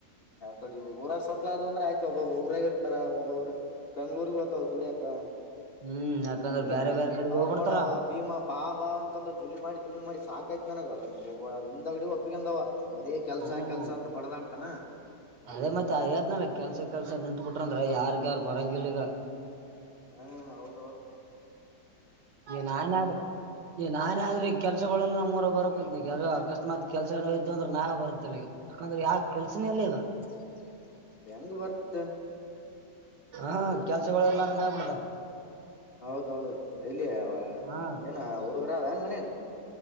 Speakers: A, on the left; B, on the right.
A: ಕಡಿ ಊರ ಸೊಟ್ಲ ಅ್ರ ಆಯತು ಒಬ್ಬಬ್ರು ಊರಾಗ ಇರ್ತಾರ ಒಬ್ಬ್ರ ಬೆಂಗ್ಳೂರ್ಗ್ ೋ್ತಾವ್ ದುಡಿಯಕ
B: ಹ್ಮ್ ಯಾಕಂದ್ರ
A: ಇಲ್ಲ
B: ಬೇರೆ ಬೇರೆ ಕಡೆಗೆ
A: ಅವ
B: ಹೋಗ್ಬಿಡ್ತಾರ
A: ನೋಡವ ಭೀಮಾ ಬಾ ಬಾ ಅಂತಂದ ಜುಲಿ ಮಾಡಿ ಜುಲಿ ಮಾಡಿ ಸಾಕಾಯತ್ು ನನಗ ನಿಂದಗಡಿ ಒಪ್ಪಗಂದ ಬರೀ ಕೆಲ್ಸ
B: ಹ್ಮ್
A: ಕೆಲ್ಸ ಕೆಲ್ಸ ಅಂತ ಬಡದಾಡ್ತಾನ
B: ಅದೇ ಮತ್ತೆ ಅ ೇತ್ನಲ್ಲ ಕೆಲ್ಸ ಕೆಲ್ಸ ನಿಂತತ್ ಬಿಿಟ್ರಂದ್ರ ಯಾರ್ಕ ಯಾರ ಬರಂಗಲ್ ಈಗ
A: ಹಾ ಹೌದು
B: ನಾನನ್ ಈ ನಾನೇ ಆದ್ರೆ ಈ ಕೆಲ್ಸಗಳೆಲ್ಲ ನಮ್ಮ್ ಮೂರ ಬರೋ ಕೂತ್ನ ಅಕಸ್ಮಾತ್ ಕೆಲ್ಸನೋ ಇದ್ದು ಅ್ರ ನಾೇ ಬರುತ್ತಲ್ ಈಗ ಯಾಕಂದ್ರ ಯಾ
A: ಹಾತ್ತ
B: ಕೆಲ್ಸನೇ ಇಲ್ಲ ಈಗ
A: ಹೆಂಗ್ ಬರ್ತದ
B: ಹಾ ಕೆಲ್ಸಗಳು ಎಲ್ಲಾರಂಗ ಆಗಬ ಬಿಡದ
A: ಹೌದೌದು ಎಲ್ಲಿಯ
B: ಹಾ
A: ಏನ ಹುಡುಗರ ಏನ್ ಮನ್ಯಾಗ